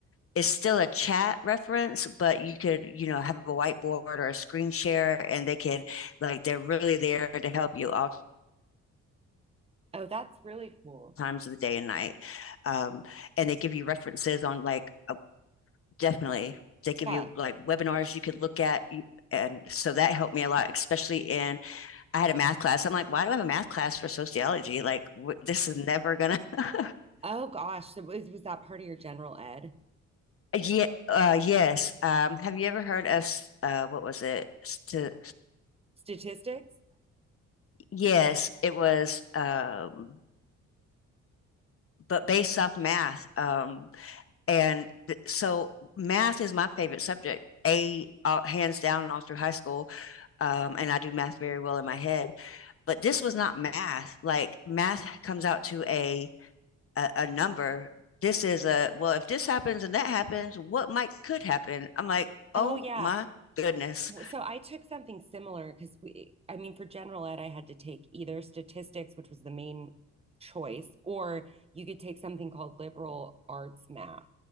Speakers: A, on the left (about 45°); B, on the right (about 20°).
A: it's still a chat reference, but you could, you know, have a whiteboard or a screen share, and they could, like, they're really there to help you all
B: Oh, that's really cool.
A: times of the day and night. Um, and they give you references on, like, uh, definitely, they give
B: Yeah.
A: you like webinars you could look at. And so that helped me a lot, especially in I had a math class. I'm like, why do I have a math class for sociology? Like, wh- this is never gonna. <laughs>
B: Oh gosh, so was, was that part of your general ed
A: Yeah, uh, yes. Um, have you ever heard of s- uh, what was it? St
B: statistics?
A: yes, it was. Um, but based off math. Um, and th so math is my favorite subject. A uh, hands down all through high school. Um, and I do math very well in my head. But this was not math. Like math comes out to a a, a number. This is a, well, if this happens and that happens, what might could happen? I'm like,
B: Oh
A: oh
B: yeah.
A: my goodness.
B: Well, So I took something similar because we, I mean, for general ed, I had to take either statistics, which was the main choice, or you could take something called liberal arts math,